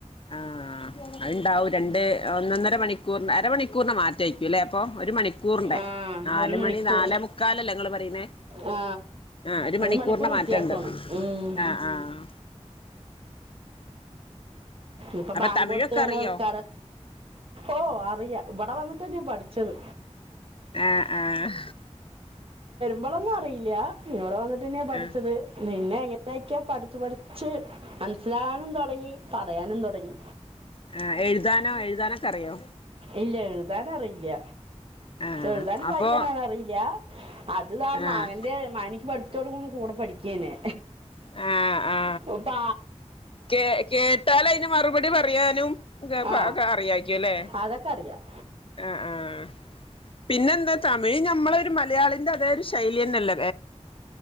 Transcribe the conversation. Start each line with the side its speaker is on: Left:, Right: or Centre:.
Left: ആഹ് അത്ണ്ടാവും രണ്ട് ഒന്നൊന്നര മണിക്കൂറി അരമണിക്കൂറിന് മാറ്റാക്കൂല്ലേ അപ്പൊ ഒരു മണിക്കൂർ റിന്റെറെ
Right: ആഹ്
Left: നാലുമണി
Right: ഒരു മണിക്കൂർ
Left: നാല മുക്കാലല്ലേ ങ്ങ പറയുന്നേ
Right: ആ
Left: ആഹ് ഒരു മണിക്കൂറിന്റ
Right: മണിക്കൂർ വ്യത്യാസമാണ്
Left: മാറ്റണ്ട്
Right: ഉം.
Left: ആഹ് ആഹ്
Right: ഇപ്പൊ
Left: അപ്പൊ
Right: ബാങ്കൊടുത്താണ
Left: തമിഴൊക്കെ അറിയോ
Right: നിസ്കാര ഓഹ് അറിയാ ഇവിടെ വന്നിട്ട്ന്നെയ പഠിച്ചത്
Left: ആഹ് ആഹ്
Right: ളൊന്നും അറിയില്ല ഇവിടെ വന്നട്ട ന്നയാ പഠിച്ചത്
Left: ആഹ്
Right: നിന്നെ ങ്ങനെക്കൊയോ പഠിച്ചു പഠിച്ച് മനസ്സിലാകാനും തുടങ്ങി പറയാനും തുടങ്ങി
Left: ആഹ് എഴുതാനോ എഴുതാനോക്കെ അറിയോ
Right: ഇല്ല എഴുതാനറിയില്ല
Left: ആഹ്
Right: എഴുതാനും
Left: അപ്പൊ
Right: വായിക്കാനും അങനെ അറിയില്ല അത്
Left: ആഹ്
Right: മകന്റെ മനിക്ക് പഠിപ്പ ച്ചൊടുങ്ങുമ്പോ കൂടെ പഠിക്കാനെ
Left: ആ ആ
Right: ഇപ്പ
Left: കേ കേട്ടാല് അതിന് മറുപടി പറയാനും
Right: ആ
Left: അറിയാരിക്കുല്ലേ
Right: അതൊക്കെ അറിയാം
Left: ആഹ് ആഹ് പിന്നെ എന്താ തമിഴ് നമ്മളെ ഒരു മലയാളിന്റെ അതേ ഒരു ശൈലി തന്നെല്ലേ